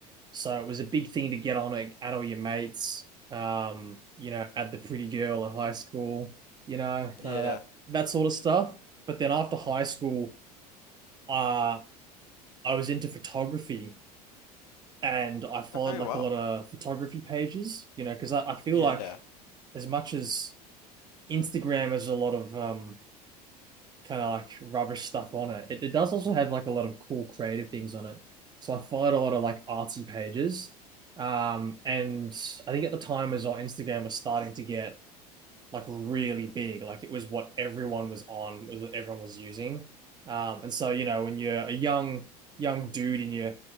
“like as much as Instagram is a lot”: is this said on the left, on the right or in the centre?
Right